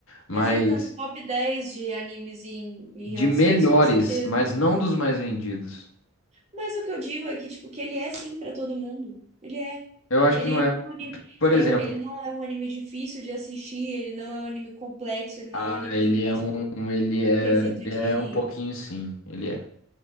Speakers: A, on the left; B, on the right.
A: Mas
B: Mas ele tá no top 10 de animes em, em
A: de
B: relação
A: melhores,
B: a isso, com certeza.
A: mas não dos mais vendidos.
B: Mas o que eu digo é que, tipo, que ele é sim pra todo mundo. Ele é.
A: Eu acho
B: Ele
A: que não é.
B: não é um anime,
A: Por
B: eu,
A: exemplo,
B: ele não é um anime difícil de assistir, ele não é um anime complexo, ele não
A: ah,
B: é um anime
A: ele
B: que você fala,
A: é
B: tipo,
A: um, ele
B: no
A: é,
B: quesito
A: ele
B: de.
A: é um pouquinho sim, ele é.